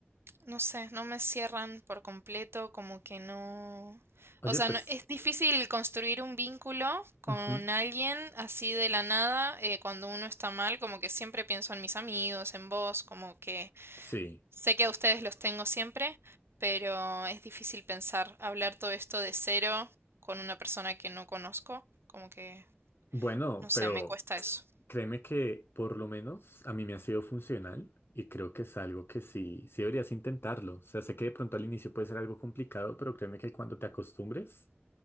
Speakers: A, on the right; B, on the left.
A: no sé, no me cierran por completo, como que no...
B: Oye,
A: O sea,
B: pues,
A: no- es difícil construir un vínculo con
B: ujú.
A: alguien así de la nada eh, cuando uno está mal, como que siempre pienso en mis amigos, en vos, como que...
B: Sí.
A: Sé que a ustedes los tengo siempre, pero es difícil pensar, hablar todo esto de cero con una persona que no conozco, como que,
B: Bueno,
A: no sé,
B: pero...
A: me cuesta eso.
B: Créeme que por lo menos a mí me ha sido funcional y creo que es algo que sí, sí deberías intentarlo. O sea, sé que de pronto al inicio puede ser algo complicado, pero créeme que cuando te acostumbres